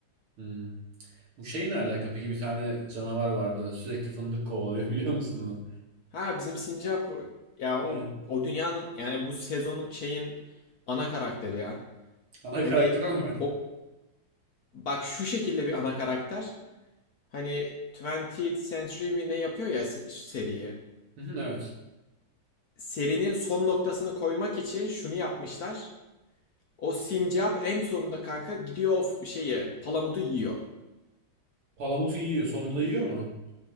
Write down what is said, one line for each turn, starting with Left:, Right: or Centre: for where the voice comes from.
Right: Hmm. Bu şey ne alaka? Peki bir tane canavar vardı. Sürekli fındık kovalıyor <laughs> biliyor musun onu?
Left: Ha bizim Sincap ya
Right: Ee,
Left: o o dünyanın yani bu sezonun şeyin ana karakteri ya.
Right: ana
Left: Hani
Right: karakter ama. <laughs>
Left: o bak şu şekilde bir ana karakter. Hani 20 Century mi ne yapıyor ya se- seriyi.
Right: Hı, Evet.
Left: Serinin son noktasını koymak için şunu yapmışlar. O Sincap en sonunda kanka gidiyor o f- şeyi palamudu yiyor.
Right: Palamutu yiyor. Sonunda
Left: Y-
Right: yiyor mu?